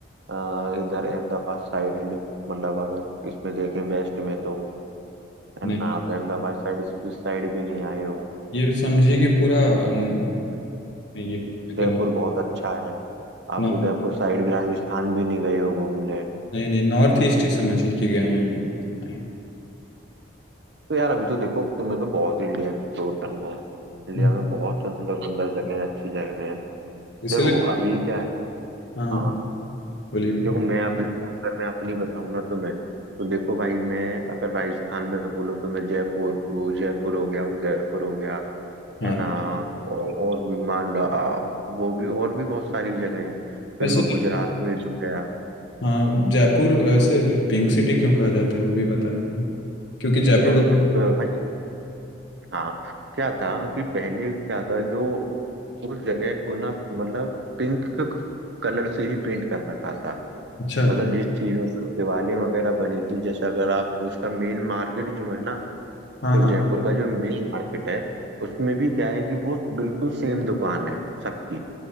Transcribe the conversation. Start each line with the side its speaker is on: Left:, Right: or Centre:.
Right: अ, इधर अहमदाबाद साइड मतलब अगर इसमें देखें वेस्ट में तो है
Left: नहीं
Right: ना आप अहमदाबाद साइड इस साइड भी नहीं आए हो
Left: ये समझिए कि पूरा अम, ये कहते
Right: उदयपुर
Left: हैं, नॉ-
Right: बहुत अच्छा है आप
Left: नॉ-
Right: उदयपुर साइड भी राजस्थान भी नहीं गए हो घूमने
Left: नहीं नहीं नॉर्थ ईस्ट ही समझिए कि गए हैं हम नहीं
Right: तो यार अभी तो देखो तुम्हें तो बहुत इंडिया एक्सप्लोर करना है इंडिया
Left: हम्म,
Right: में बहुत सुंदर सुंदर जगह है अच्छी जगह है
Left: इसलिए
Right: देखो अभी क्या है
Left: हाँ हाँ
Right: हाँ
Left: बोलिए बोलिए
Right: देखो मैं अपने अगर मैं अपनी बताऊँ ना तुम्हें तो देखो भाई मैं अगर राजस्थान में बोलो तो मैं जयपुर वो जयपुर हो गया उदयपुर हो गया
Left: हाँ
Right: है ना औ- और भी मान लो आ, वो भी और भी बहुत सारी जगह हैं फिर
Left: वैसे
Right: मैं गुजरात में भी गया
Left: हाँ जयपुर वैसे पिंक सिटी क्यों कहा जाता है वो भी बताएं क्योंकि जयपुर
Right: यार
Left: का
Right: प- भाई हाँ क्या था कि पहले क्या था जो उस जगह को ना मतलब पिंक कलर से ही पेंट कर रखा था
Left: अच्छा
Right: मतलब जिस चीजों से वो दिवाली वगैरह बनी थी जैसे अगर आप उसका मेन मार्केट जो है ना
Left: हाँ
Right: जो
Left: हाँ
Right: जयपुर का जो मेन मार्केट है उसमें भी क्या है कि वो बिल्कुल सेम दुकान है सबकी